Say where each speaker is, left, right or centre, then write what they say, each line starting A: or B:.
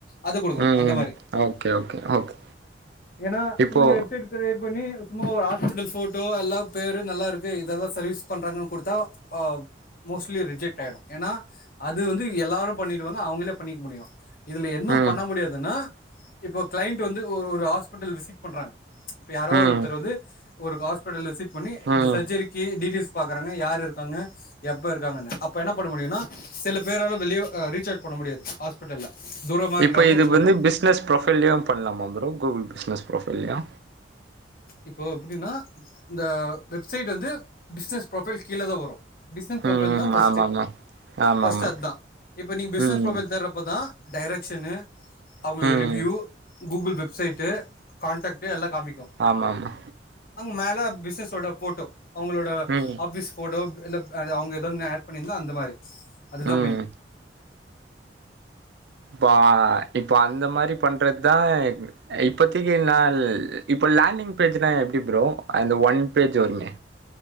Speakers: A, on the left; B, on the right.
A: அது கொடுக்கணும்
B: ம்
A: அந்த மாரி
B: ஓகே ஓகே ஓகே
A: ஏன்னா
B: இப்போ
A: நீங்க வெப்சைட் கிரியேட் பண்ணி சும்மா ஒரு ஹாஸ்பிட்டல் போட்டோ எல்லாம் பேரும் நல்லா இருக்கு இததான் சர்வீஸ் பண்றாங்கன்னு கொடுத்தா அ மோஸ்லி ரிஜெக்ட் ஆய்டு ஏனா அது வந்து எல்லாரு பண்ணிடுவாங்க அவுங்களே பண்ணிக்க முடியு இதுல என்ன
B: ம்
A: பண்ண முடியாதுன்னா இப்போ கிளைண்ட் வந்து ஒரு ஒரு ஹாஸ்பிட்டல் விசிட் பண்றாங்க இப்ப யாரோ ஒரு
B: ம்
A: த்தவர் வந்து ஒரு ஹாஸ்பிட்டல் விசிட் பண்ணி இந்த
B: ம்
A: சர்ஜரிக்கி டீட்டியல்ஸ் பாக்குறாங்க யாரு இருக்காங்க எப்ப இருக்காங்கன்னு அப்ப என்ன பண்ண முடியுனா செல பேரால வெளிய ஆ ரீச்சார்ஜ் பண்ண முடியாது ஹாஸ்பிட்டல்ல தூரமா இருக்கிறவங்க
B: இப்போ இது
A: வச்சுக்கோங்க
B: வந்து பிஸ்னஸ் ப்ரொஃபைல்லயு பண்லாமா ப்ரோ கூகுள் பிஸ்னஸ் ப்ரொஃபைல்லயு
A: இப்போ எப்டினா இந்த வெப்சைட் வந்து பிஸ்னஸ் ப்ரொஃபைல் கீழ தா வரு பிஸ்னஸ் ப்ரொஃபைல்
B: ம்
A: தா ஃபஸ்ட்டு
B: ஆமாமா ஆமாமா
A: ஃபஸ்ட்டு அத்தா இப்ப நீங்க பிஸ்னஸ்
B: ம்
A: ப்ரொஃபைல் தேர்றப்பதா டைரக்க்ஷன்னு அவுங்க
B: ம்
A: ரிவ்யூ கூகுள் வெப்சைட்டு கான்ட்டக்ட்டு எல்லா காமிக்கு
B: ஆமாம்மா
A: அங்க மேல பிசினஸோட போட்டோ அவங்களோட
B: ம்
A: ஆபீஸ் போட்டோ இல்ல அவங்க ஏதோனு ஆட் பண்ணியிருந்தா அந்த மாரி அதுதான்
B: ம்
A: மெயின்
B: பா இப்ப அந்த மாரி பண்றது தான் இப்பத்தைக்கு நான் இப்போ லேண்டிங் பேஜ்னா எப்டி ப்ரோ அந்த ஒன் பேஜ் வருமே